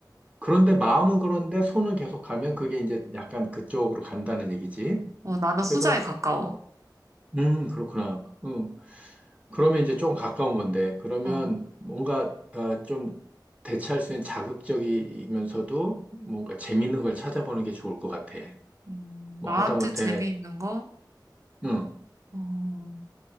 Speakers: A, on the right; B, on the right.
A: 그런데 마음은 그런데 손은 계속 가면 그게 이제 약간 그쪽으로 간다는 얘기지.
B: 어, 나는
A: 그래서,
B: 후자에 가까워.
A: 음, 그렇구나. 음, 그러면 이제 조금 가까운 건데, 그러면
B: 어,
A: 뭔가 어, 좀 대체할 수 있는 자극적이면서도 뭔가 재밌는 걸 찾아보는 게 좋을 것 같아.
B: 음,
A: 뭐
B: 나한테
A: 하다못해,
B: 재미있는 거?
A: 음,
B: 어,